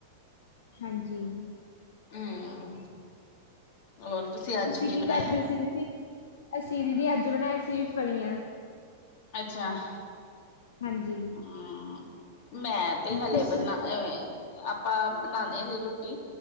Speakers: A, on the left; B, on the left.
A: ਹਾਂਜੀ ਜੀ।
B: ਹਮ ਹੋਰ ਤੁਸੀਂ ਅੱਜ
A: ਤੁਸੀਂ ਕੀ
B: ਬਣਾਇਆ
A: ਕਰਦੇ ਸੀ ਦੀਦੀ ਅਸੀਂ ਦੀਦੀ ਅੱਜ ਬਣਾਏ ਸੀ। ਫ਼ਲੀਆਂ।
B: ਅੱਛਾ ਹੂੰ।
A: ਹਾਂਜੀ।
B: ਮੈਂ ਤੇ ਹਲੇ
A: ਤੁਸੀਂ,
B: ਬਣਾ ਆਪਾਂ ਬਣਾਉਣੇ ਲਈ ਰੋਟੀ।